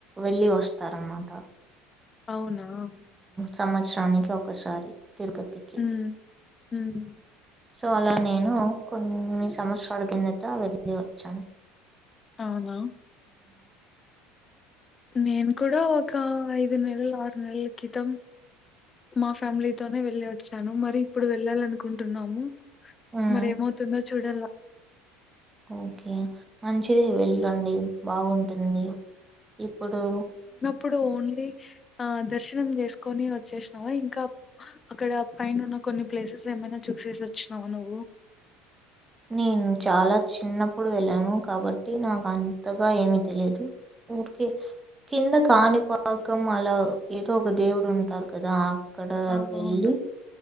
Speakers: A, on the right (about 20°); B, on the left (about 30°).
A: వెళ్లి వస్త వస్తారన్నమాట
B: అవున ఆ
A: సంవత్సరానికి ఒకసారి తిరుపతికి
B: హ్మ్. హ్మ్.
A: సో అలా నేను కొన్ని సంవత్సరాల కిందట వెళ్ళి వచ్చాను
B: అవునా నేను కూడా ఒక ఐదు నెలలు ఆరు నెలల క్రితం మా ఫ్యామిలీతోనే వెళ్ళి వచ్చాను మరి ఇప్పుడు వెళ్ళాలనుకుంటున్నాము
A: హ్మ్
B: మరేమవుతుందొ చూడల్ల
A: ఓకే మంచిదె వెళ్ళి రండి బాగుంటుంది ఇప్పుడు
B: ఇప్పుడు ఓన్లీ ఆ దర్శనం చేసుకొని వచ్చేసినావా ఇంకా అక్కడ పైన ఉన్న కొన్ని ప్లేసెస్ ఏమైనా చూసేసి వచ్చినావా నువ్వు
A: నేను చాలా చిన్నప్పుడు వెళ్ళాను కాబట్టి నాకు అంతగా ఏమి తెలిదు గుడికి కింద కాణిపాకం అలా ఏదో ఒక దేవుడు ఉంటారు కదా అక్కడ
B: ఆ!
A: వెళ్ళి
B: అవును.